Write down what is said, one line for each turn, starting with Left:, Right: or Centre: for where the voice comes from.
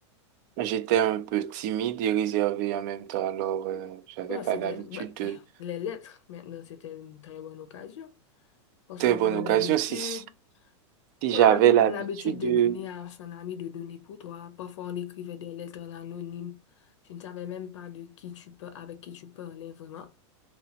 Right: j'étais un peu timide et réservé en même temps. Alors, euh, j'avais
Left: Bon,
Right: pas
Left: c'était
Right: l'habitude
Left: bah,
Right: de
Left: euh, les lettres, maintenant, c'était une très bonne occasion. Parce
Right: très
Left: qu'on
Right: bonne
Left: avait
Right: occasion.
Left: l'habitude,
Right: Si, si
Left: on
Right: j'avais
Left: avait quand même
Right: l'habitude
Left: l'habitude de
Right: de,
Left: donner à son ami, de donner pour toi. Parfois, on écrivait des lettres anonymes. Tu ne savais même pas de qui tu peux, avec qui tu parlais vraiment.